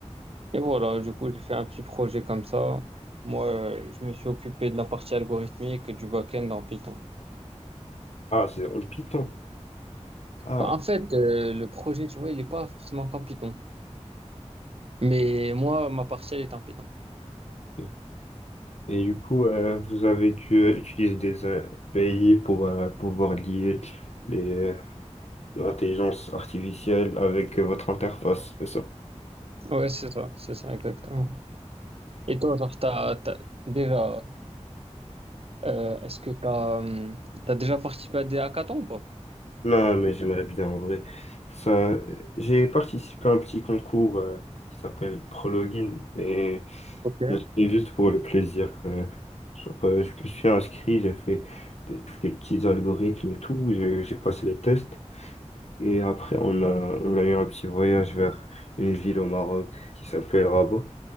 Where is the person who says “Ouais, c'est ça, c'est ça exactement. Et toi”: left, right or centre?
Right